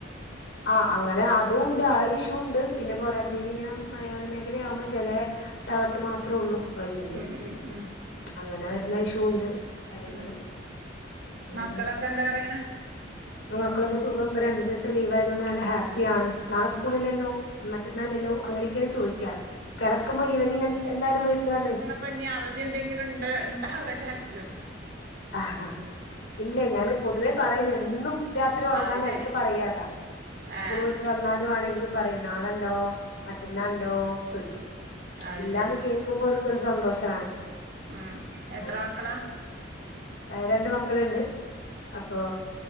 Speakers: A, on the left; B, on the right.
A: ആഹ് അങ്ങനെ അതും ഉണ്ട് ആഹ് ഒരു ഇഷ്യുണ്ട് പിന്നെ പോരാത്തീന്
B: ഉം
A: ഇങ്ങനെ മലയോര മേഖല ആകുമ്പോ ചെലെ ടവറിന് മാത്രേ ഉള്ളൂ റേഞ്ച്
B: ഉം ഉം ഉം
A: അങ്ങനെ വരുന്ന ഇഷ്യൂ ഉണ്ട് കാര്യങ്ങള്
B: ഉം
A: ഉം
B: മക്കളൊക്കെ എന്താ പറയ്ണ്
A: മക്കളൊക്കെ സുഖം ഇപ്പ രണ്ടു ദിവസം ലീവ് ആയതൊണ്ട് നല്ല ഹാപ്പിയ ആണ് നാളെ സ്കൂളില്ലല്ലോ മറ്റന്നാല്ലല്ലോ അങ്ങനെയൊക്കെണ് ചോയ്ക കെടക്കുമ്പോ ഈവനിങ് എന്ത് എന്തായാലും വീട്ടില് വന്ന്
B: ഇപ്പഞ്ഞി അവധി എന്തെങ്കിലും ഇണ്ട് ഇണ്ടാ വിചാർചോ
A: ആഹ് ആഹ് ഇല്ലേയ് ഞാന് പൊതുവേ പറയുന്ന എന്നും രാത്രി ഉറങ്ങാൻ
B: അത്
A: നേരത്ത്
B: ശെരി
A: പറയ അതാ സ്കൂൾ
B: ആഹ്
A: വിട്ട് വന്നാലും ആണെങ്കിലും പറയും - നാളണ്ടോ മറ്റന്നാണ്ടോ ചോയ്ക്കും
B: അത്
A: ഇല്ലാന്ന്
B: ശെരി
A: കേൾക്കാന് ക്കും പോർക്കൊരു സന്തോഷാണ്
B: ഉം എത്ര
A: ആഹ്
B: മക്കളാ
A: രണ്ട് മക്കള്ണ്ട് അപ്പൊ